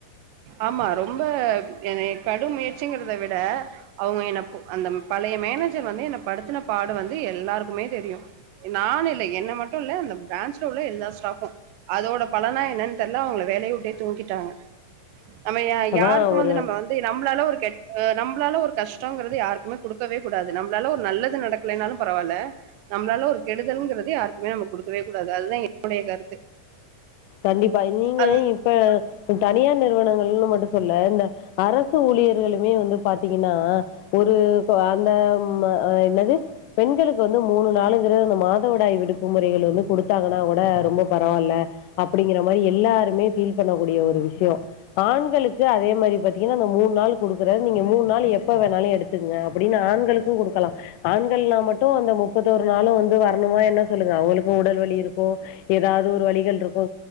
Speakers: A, on the right; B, on the left.
A: ஆமா ரொம்ப என்னைய கடும் முயற்சிங்கிறத விட அவுங்க என்னப் அந்த பல ஏன் மேனேஜர் வந்து என்ன படுத்துனப்பாடு வந்து எல்லாருக்குமே தெரியு நானு இல்ல ல என்ன மட்டுல்ல அந்த பிரான்ச் உள்ள எல்லா ஸ்டாஃபும் அதோட பலனா என்னன்னு தெர்ல அவுங்கள வேலய வுட்டே தூக்கிட்டாங்க நம்ம யா
B: அதான்
A: யாருக்கும்
B: ஒரு
A: வந்து நம்ம வந்து நம்ளால ஒரு கெட் நம்பளால ஒரு கஷ்டோங்கறது யாருக்குமே குடுக்கவே கூடாது நம்ப்ளால ஒரு நல்லது நடக்லேன்னாலும் பரவால்ல நம்ப்ளால ஒரு கெடுதல்ங்கறது யாருக்குமே நம்ம குடுக்கவே கூடாது அதுதா என்னுடைய கருத்து
B: கண்டிப்பா நீங்க
A: அது
B: இப்ப தனியார் நிறுவனங்கள்ன்னு மட்டு சொல்ல இந்த அரசு ஊழியர்களுமே வந்து பாத்தீங்கன்னா ஒரு அந்த ம் என்னது பெண்களுக்கு வந்து வந்து மூணு நாளுங்கிற அந்த மாதவிடாய் விடுப்பு முறைகள் வந்து குடுத்தாங்கன்னா கூட ரொம்ப பரவால்ல அப்டிங்கிற மாரி எல்லாருமே ஃபீல் பண்ணக்கூடிய ஒரு விஷயம் ஆண்களுக்கு அதே மாரி பாத்தீங்கன்னா அந்த மூண் நாள் குடுக்குற நீங்க மூண் நாள் எப்ப வேணாலு எடுத்துங்க அப்படின்னா ஆண்களுக்கும் குடுக்கலா ஆண்கல்லாம் மட்டும் அந்த முப்பத்தோரு நாளும் வந்து வரணுமா என்ன சொல்லுங்க அவுகளுக்கும் உடல் வலி இருக்கூ ஏதா ஒரு ஒரு வலிகள் இருக்கூ